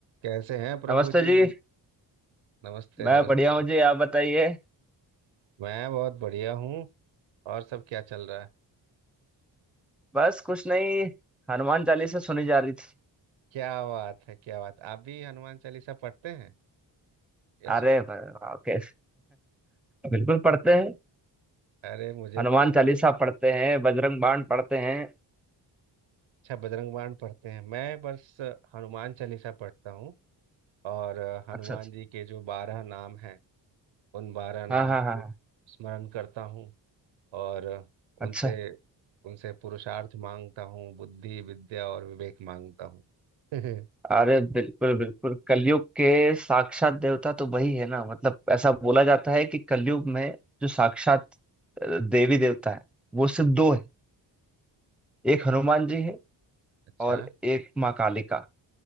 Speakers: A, on the right; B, in the centre.
A: कैसे हैं प्रभु
B: नमस्ते
A: जी
B: जी
A: नमस्ते
B: मैं
A: नमस्ते
B: बढ़िया हूँ जी आप बताइए
A: मैं बहुत बढ़िया हूँ और सब क्या चल रहा है
B: बस कुछ नहीं हनुमान चालीसा सुनी जा रही थी
A: क्या बात है क्या बात आप भी हनुमान चालीसा पढ़ते हैं या
B: अरे
A: सुन
B: ब- ओके बिल्कुल पढ़ते हैं
A: अरे मुझे
B: हनुमान
A: तो मतलब
B: चालीसा पढ़ते हैं बजरंग बाण पढ़ते हैं
A: अच्छा बजरंग बाण पढ़ते हैं मैं बस हनुमान चालीसा पढ़ता हूँ और हनुमान
B: अच्छा अच्छा
A: जी के जो बारह नाम हैं उन बारह नाम
B: हाँ हाँ
A: को
B: हाँ हाँ,
A: स्मरण करता हूँ और
B: अच्छा
A: उनसे उनसे पुरुषार्थ मांगता हूँ बुद्धि विद्या और विवेक मांगता हूँ <laughs>
B: अरे बिल्कुल बिल्कुल कलयुग के साक्षात देवता तो वही है ना मतलब ऐसा बोला जाता है कि कलयुग में जो साक्षात अ, देवी देवता है वो सिर्फ दो है एक हनुमान जी है
A: अच्छा
B: और एक माँ कालिका